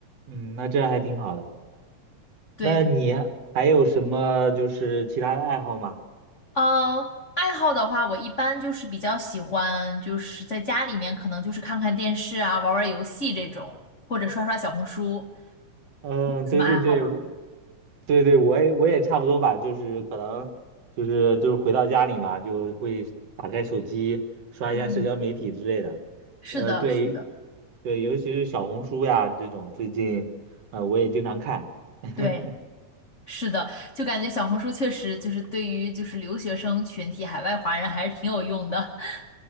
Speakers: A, on the right; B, on the left.
A: 嗯，那这样还挺好的。
B: 对，
A: 那你还有什么就是其他的爱好吗？
B: 呃，爱好的话，我一般就是比较喜欢，就是在家里面可能就是看看电视啊，玩玩游戏这种，或者刷刷小红书，
A: 嗯，
B: 有什么爱好吗？
A: 对对对，我对对我也我也差不多吧，就是可能就是就是回到家里嘛，就会打开手机刷一下社交媒体之类的。
B: 嗯。是的，
A: 呃，对
B: 是的，
A: 对，尤其是小红书呀这种，最近呃我也经常看。<laughs>
B: 对，是的，就感觉小红书确实就是对于就是留学生群体、海外华人还是挺有用的。<laughs>